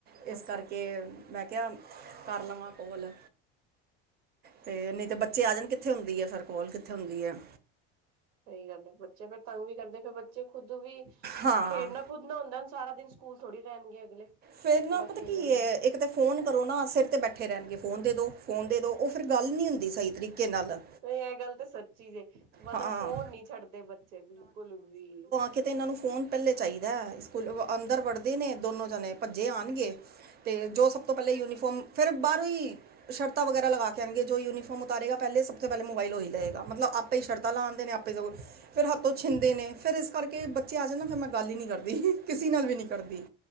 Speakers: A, on the right (about 35°); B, on the right (about 65°).
A: ਇਸ
B: ਅੱਛਾ
A: ਕਰਕੇ
B: ਅੱਛਾ
A: ਮੈਂ ਕਿਹਾ ਕਰ ਲਵਾਂ ਕੋਲ ਤੇ ਨਹੀਂ ਤੇ ਬੱਚੇ ਆ ਜਾਣ ਕਿੱਥੇ ਹੁੰਦੀ ਹੈ ਫੇਰ ਕੋਲ, ਕਿੱਥੇ ਹੁੰਦੀ ਹੈ।
B: ਸਹੀ ਗੱਲ ਹੈ, ਬੱਚੇ ਵੀ ਕਰਦੇ ਫੇਰ ਬੱਚੇ ਖੁਦ ਵੀ
A: ਹਾਂ
B: ਖੇਡਣਾ ਖੁਦ ਨਾ ਹੁੰਦਾ, ਸਾਰਾ ਦਿਨ ਸਕੂਲ ਥੋੜ੍ਹੀ ਰਹਿਣਗੇ ਅਗਲੇ
A: ਫੇਰ ਨਾ
B: ਥੋੜਾ
A: ਪਤਾ
B: ਖੇਲਣਗੇ
A: ਕੀ ਹੈ,
B: ਵੀ।
A: ਇਕ ਤਾਂ ਫੋਨ ਕਰੋ ਨਾ ਸਿਰ ਤੇ ਬੈਠੇ ਰਹਿਣਗੇ ਫੋਨ ਦੇ ਦੋ ਫੋਨ ਦੇ ਦੋ। ਔਹ ਫੇਰ ਗੱਲ ਨਹੀਂ ਹੁੰਦੀ, ਸਹੀ ਤਰੀਕੇ ਨਾਲ
B: ਇਹ ਗੱਲ ਤਾਂ ਸੱਚੀ ਜੇ, ਮਤਲਬ
A: ਹਾਂ
B: ਫੋਨ ਨੀ ਛੱਡਦੇ ਬੱਚੇ ਬਿਲਕੁਲ ਵੀ
A: ਕਿਤੇ ਇਹਨਾਂ ਨੂੰ ਫੋਨ ਪਹਿਲੇ ਚਾਹੀਦਾ, ਸਕੂਲ ਅੰਦਰ ਵੜਦੇ ਨੇ ਦੋਨੋ ਜਣੇ ਭੱਜੇ ਆਉਣਗੇ। ਤੇ ਜੋ ਸਭ ਤੋਂ ਪਹਿਲਾਂ ਯੂਨੀਫੋਰਮ, ਫੇਰ ਬਾਹਰੋਂ ਈ ਸ਼ਰਤਾਂ ਵਗੈਰਾ ਲਗਾ ਕੇ ਆਉਣਗੇ, ਜੋ ਯੂਨੀਫਾਰਮ ਉਤਾਰੇਗਾ ਪਹਿਲੇ ਸਭ ਤੋਂ ਪਹਿਲੇ ਮੋਬਲਹੀ ਲਏ ਗਾ ਮਤਲਬ ਆਪਾਂ ਸ਼ਰਾਤਾ‌ ਉਦੇ ਨੇ ਆਪੇ ਤੋਂ ਫੇਰ ਹੱਥੋਂ ਛਿੰਦੇ ਨੇ ਫੇਰ ਇਸ ਕਰਕੇ ਬੱਚੇ ਆ ਜਾਣ ਨਾ, ਫੇਰ ਮੈਂ ਗੱਲ ਹੀ ਨਹੀਂ ਕਰਦੀ। ਕਿਸੇ ਨਾਲ
B: ਅੱਜ,
A: ਵੀ ਨਹੀਂ ਕਰਦੀ